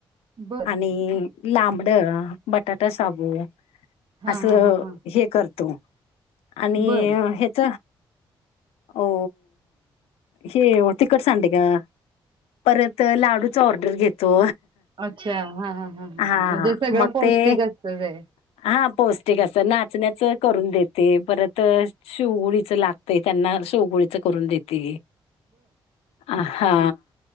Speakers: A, on the right; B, on the left.
A: बर
B: आणि लांबड बटाटा शाबु
A: हा
B: असं
A: हा हा हा
B: हे करतो आणि
A: बर
B: ह्याच ओ हे हो तिकड सांडग परत लाडूचा ऑर्डर घेतो
A: अच्छा हा ह ह ह
B: हा
A: म्हणजे सगळ
B: मग
A: पौष्टिक
B: ते
A: असत ते
B: हा पौष्टिक अस नाचण्याच करून देते परत शिवडीच लागत ते त्यांना शेवगोळीच करून देते अ हा